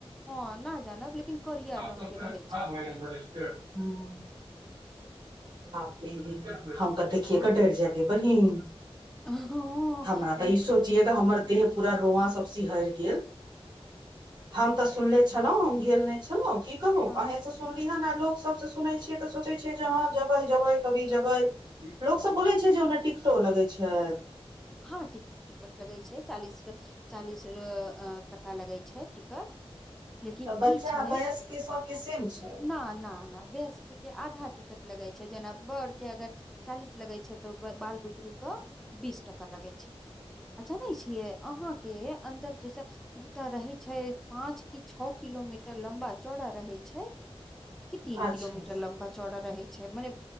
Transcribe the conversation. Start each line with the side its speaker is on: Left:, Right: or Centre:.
Centre: हँ नहि जानब लेकिन करिया
Right: आ हँ
Centre: रंग के रहै छै
Right: <unintelligible> अन्दर ह बाप रे हम तऽ देखियए
Centre: हँ
Right: कऽ डर जेयब बहिन
Centre: हँ
Right: हमरा
Centre: नहि
Right: तऽ ई सोच हमर देह पूरा रोंवा सब सिहैर गेल हम तऽ सुने छलहुँ गेल ने छलहु कहू
Centre: हँ
Right: अहीं से सुनली हन आ लोक सबस सुनै छियै तऽ सोचै छियै जे हहाँ जबै जेबै कभी जबै लोक सब बोलै छै जे ओन्ने टिकटो लगै छै
Centre: हँ टिक टिकट लगै छै चालीस चालीस टका लगे छै टिकट लेकिन
Right: तऽ
Centre: ई
Right: बच्चा
Centre: छै
Right: आ वयस्क के सबके सेम छै
Centre: न न नहि बेसके के आधा टिकट लगे छै जेना बड़ के अगर चालीस लगै छै तऽ बाल बुतरु के बीस टका लगै छै आ जानै छियै अहाँ के अन्दर जैसे उ तऽ रहै छै पाँच की छओ किलोमीटर लम्बा चौड़ा रहै छै कि तीन
Right: अच्छा
Centre: किलोमीटर
Right: सब
Centre: लम्बा चौड़ा रहै छै मने